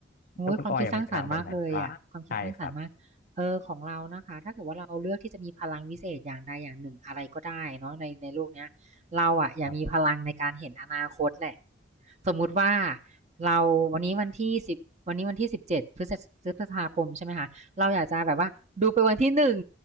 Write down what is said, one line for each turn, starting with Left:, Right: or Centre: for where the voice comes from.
Right: โอ้ยความคิดสร้างสรรค์มากเลยอ่ะความคิดสร้างสรรค์มากเออของเรานะคะถ้าเกิดว่าเราเลือกที่จะมีพลังวิเศษอย่างใดอย่างหนึ่งอะไรก็ได้เนาะในในโลกเนี้ย
Left: แล้วคุณออยอะมีพลังแบบกไหนความสาว่ามากใช่ครับ
Right: เราอ่ะอยากมีพลังในการเห็นอนาคตแหละ
Left: ครับ
Right: สมมุติว่าเราวันนี้วันที่สิบวันนี้วันที่สิบเจ็ดพฤษพฤษภาคมใช่ไหมคะเราอยากจะแบบว่าดูไปวันที่หนึ่ง